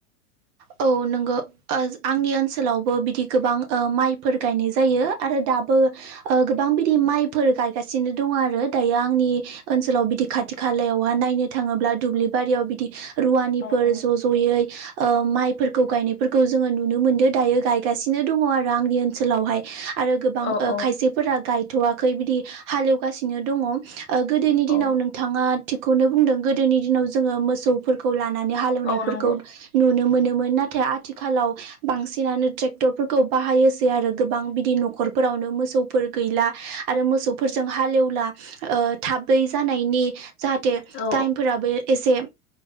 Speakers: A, on the right (about 45°); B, on the left (about 25°).
A: औ नोंगो। ओ आंनि ओनसोलावबो बिदि गोबां ओ माइफोर गायनाय जायो आरो दाबो। ओ गोबां बिदि माइफोर गायगासिनो दङो आरो दायो आंनि ओनसोलाव बिदि खाथि खालायावहा नायनो थाङोब्ला दुब्लि बारियाव बिदि रुवानिफोर
B: औ औ
A: ज' ज'यै ओ माइ गायनायफोरखौ जोङो नुनो मोनदों दायो गायगासिनो दङ' आरो आंनि ओनसोलावहाय आरो गोबां ओ
B: औ औ
A: खायसेफोरा गायथ'वाखै बिदि हाल एवगासिनो दङ'। ओ गोदोनि दिनाव
B: औ
A: नोंथाङा थिखौनो बुंदों गोदोनि दिनाव जोङो मोसौफोर खौ लानानै हालेवनायफोरखौ
B: औ नंगौ
A: नुनो मोनोमोन नाथाय आथिखालाव बांसिनानो ट्रेक्टरफोरखौ बाहायोसै आरो गोबां बिदि न'खरफोरावनो मोसौफोर गैला। आरो मोसौफोरजों हालेवला ओ थाबै जानायनि जाहाथे टाइम
B: औ
A: फोराबो एसे